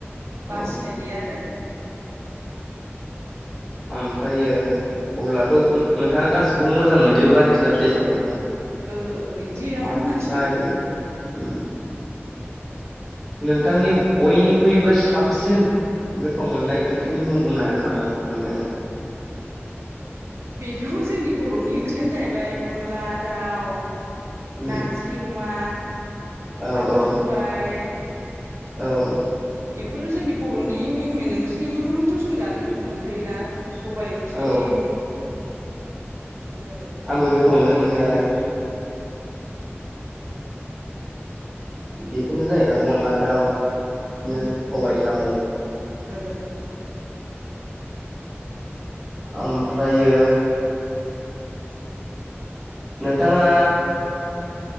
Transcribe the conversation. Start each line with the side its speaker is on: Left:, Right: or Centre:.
Centre: औ
Right: बासिनाय गैया आरो।
Centre: ओमफ्रायो! अब्लाथ' नोंथाङा गासिखौबो मोजां मोनजोबो आरोखि ना फिथाइ सामथाइखौ
Right: ओ ओ इदियानो
Centre: ओमफ्राय
Right: होननांसिगोन
Centre: <inaudible> नोंथांनि बयनिख्रुइबो साबसिन गोथाव मोननाय ओंख्रिनि मुं बुंनो हागोन नामा नोंथाङा?
Right: बेथ' जोंनि बर'नि ओंख्रियानो जाहैबाय अनला दाउ,
Centre: उम
Right: नारजि जि अमा,
Centre: औ
Right: साम'
Centre: औ
Right: सबाय।
Centre: औ
Right: बेफोरो जोंनि बर'नि मेन मेन ओंख्रि बेफोरखौनोथ' जों जानो गोथाव मोनखायोना। सबाय ओंख्रि
Centre: औ
Right: बिदि आरो।
Centre: आंबो गोथाव
Right: बेखौनो
Centre: मोनो मोननाय यालाय। बेफोरनो जाहैबाय अनला दाउ, इदिनो
Right: उम
Centre: सबाय साम'।
Right: ओ
Centre: ओमफ्रायो नोंथाङा